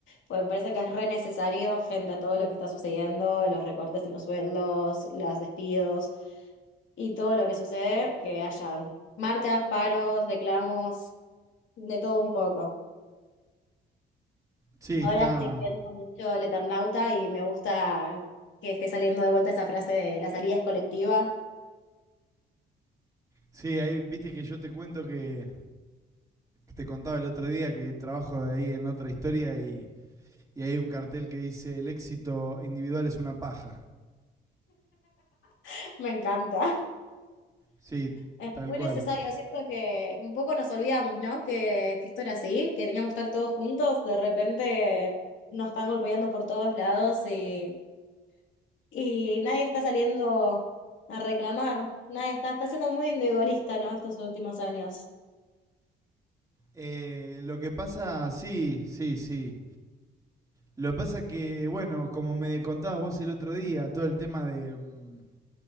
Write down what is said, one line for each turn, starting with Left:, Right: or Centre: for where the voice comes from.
Left: pues me parece que es re necesario frente a todo lo que está sucediendo, los recortes en los sueldos, los despidos y todo lo que sucede, que hayan marchas, paros, reclamos, de todo un poco.
Right: Sí,
Left: Ahora
Right: está...
Left: estoy viendo mucho El Eternauta y me gusta que esté saliendo de vuelta esa frase de la salida es colectiva,
Right: Sí, ahí viste que yo te cuento que te contaba el otro día que trabajo de ahí en otra historia y, y hay un cartel que dice el éxito individual es una paja.
Left: <laughs> me encanta.
Right: Sí,
Left: Es
Right: tal
Left: muy
Right: cual.
Left: necesario, siento que un poco nos olvidamos, ¿no? Que, que esto era así, que teníamos que estar todos juntos, de repente nos están golpeando por todos lados y, y nadie está saliendo a reclamar, nadie está, está siendo muy individualista, ¿no? Estos últimos años.
Right: Eh, lo que pasa, sí, sí, sí. Lo que pasa que, bueno, como me contabas vos el otro día, todo el tema de, mm,